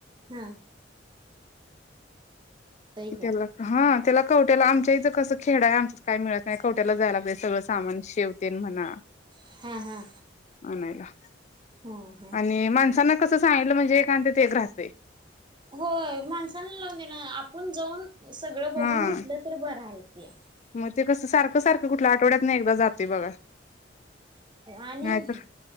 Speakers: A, on the right; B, on the left.
A: हम
B: इथेला
A: की
B: का हा त्याला कवट्याला आमच्याहीचं कसं खेड आहे आमच काय मिळत नाही कवट्याला जायलाहिजे सगळं सामान शेव तन म्हणा
A: हा हा.
B: म्हणायला
A: हा हा.
B: आणि माणसाांना कसं सांगलं म्हणजेां ते ग्रास आहे
A: हो माणसांना लोन देण जाऊन सगळ बघून
B: हा
A: घेत तर ब येत
B: मग ते कसं सारखं सारखं कुठल्या आठवड्यात नाही एकदा जातय बघा
A: आणि
B: नाहीतर